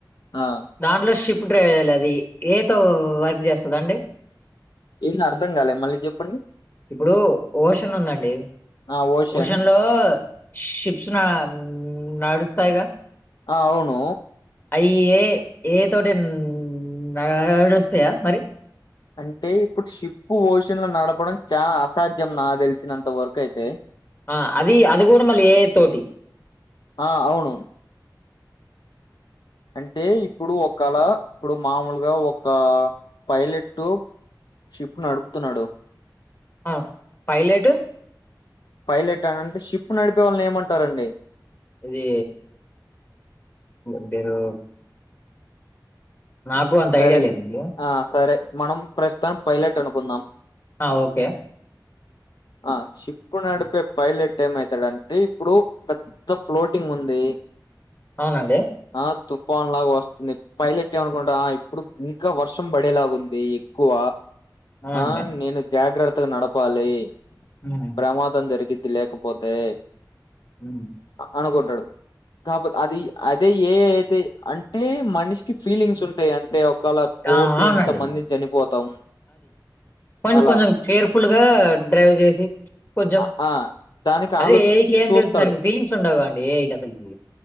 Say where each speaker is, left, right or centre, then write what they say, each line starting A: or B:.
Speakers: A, on the left; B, on the left.
A: ఆ
B: దాంట్లో షిప్ డ్రైవర్లు అది ఏ తో వర్క్ చేస్తది అండి
A: ఏంది అర్థం కాలే మళ్ళీ చెప్పండి
B: ఇప్పుడు ఓషన్ ఉందం <unintelligible>
A: ఆ ఓషన్
B: ఒషన్ లో షిప్స్ నా నడుస్తాయిగా
A: ఆ అవును
B: అవి ఏ ఏ తోటి నడుస్తాయా మరి
A: అంటే ఇప్పుడు షిప్ ఓషన్ లో నడపడం చాల అసాధ్యం నా తెలిసినంత వరకు అయితే
B: ఆ అది అది కూడ మళ్ళీ ఏ ఐ తోటి
A: ఆ అవును అంటే ఇప్పుడు ఒకళ ఇప్పుడు మామూలుగా ఒక పైలెటు షిప్ నడుపుతున్నాడు
B: ఆ పైలెటు
A: పైలెట్ అని అంటే షిప్ నడిపే వాళ్ళని ఏమంటారండి
B: ఇది <unintelligible> నాకు అంత
A: సరే
B: ఐడియా లేదండి. హ్మ్.
A: ఆ సరే మనం ప్రస్తుతానీకి పైలెట్ అనుకుందాం
B: ఆ ఓకే
A: ఆ షిప్ నడిపే
B: హ్మ్.
A: పైలెట్ ఏమైతాడంటే ఇప్పుడు పెద్ద ఫ్లోటింగ్ ఉంది
B: అనండి
A: ఆ తుఫాన్ లాగ వస్తుంది పైలెట్ ఏమనుకుంటా ఇప్పుడు ఇంకా వర్షం పడేలాగు ఉంది ఎక్కువ
B: అవునండి.
A: ఆ నేను జాగ్రత్తగ నడపాలి
B: హ్మ్.
A: ప్రమాదం జరిగిద్ది లేకపోతే
B: మ్మ్
A: అనుకుంటాడు కాకపో అది అతే ఏ అయితే అంటే మనిషికి ఫీలింగ్స్ ఉంటాయి అంటే ఒకళ పోతే
B: ఆ! అవునండి.
A: ఇంతమంది చనిపోతాం
B: కని
A: అలా
B: కొంచెం కేర్ఫుల్ గా డ్రైవ్ చేసి కొంచెం
A: ఆ ఆ, దానికి
B: అదే
A: ఆలోచించి
B: ఏఐకి ఏం
A: చూస్తాడు
B: తెలుస్తు దానికి ఫీలింగ్స్ ఉండవుండి ఏఐకి అసలకి